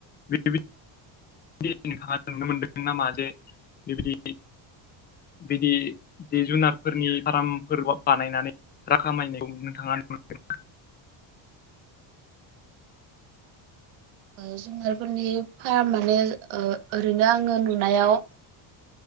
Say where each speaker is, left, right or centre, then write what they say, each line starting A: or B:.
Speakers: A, on the left (about 20°); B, on the right (about 70°).
A: बेदि बि नोंथाङा नुनो मोनदों नामा जे बेबायदि बिदि जि जुनारफोरनि फार्मफोर बानायनानै रा खामायनायाव नोंथाङा नुगोन।
B: ओ जुनारफोरनि फार्म माने ओ ओरैनो आङो नुनायाव